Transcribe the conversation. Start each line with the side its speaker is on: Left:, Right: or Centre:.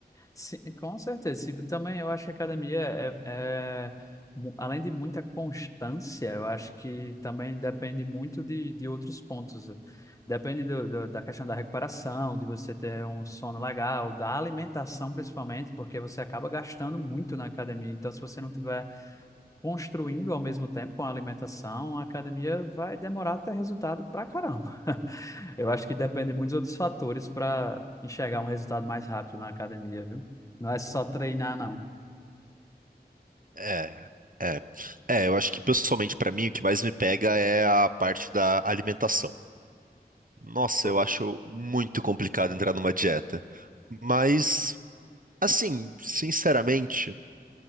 Left: sim, com certeza. Se- Também eu acho que a academia é, é, mu- além de muita constância, eu acho que também depende muito de, de outros pontos. Depende do, do- da questão da recuperação, de você ter um sono legal, da alimentação principalmente, porque você acaba gastando muito na academia. Então, se você não tiver construindo ao mesmo tempo com a alimentação, a academia vai demorar a ter resultado pra caramba. <laughs> Eu acho que depende de muitos outros fatores para enxergar um resultado mais rápido na academia, viu? Não é só treinar, não.
Right: É, é. É, eu acho que pessoalmente pra mim o que mais me pega é a parte da alimentação. Nossa,
Left: Pô.
Right: eu acho muito complicado entrar numa dieta. Mas, assim, sinceramente,